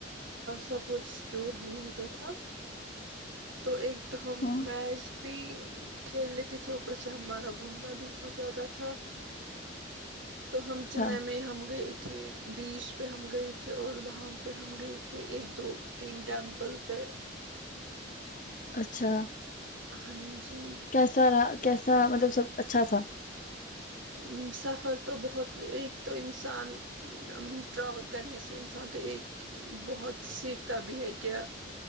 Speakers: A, on the right (about 80°); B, on the left (about 40°).
A: سپورٹس ٹور ہمیں ہوتا تھا تو ایک ت ہمم
B: ہاں
A: معیچ پ کھیل لیتے تھے اوپر سے ہمارا گھومنا بھی ہو جاتا تھا ا تو تو ہم
B: اچھا
A: چنئی میں ہم گ تھے بیچ پہ ہم گئے تھے اور وہاں پہ ہم گئے تھے ایک دو تین ٹیمپل پہ
B: اچھا
A: ہاں جی
B: کیسا رہا کیسا مطلب سب اچھا تھا
A: ا سفر تو بہت ای تو انسان ٹراول کرنے سے انسان تو ایک بہت سیکھتا بھی ہے کہ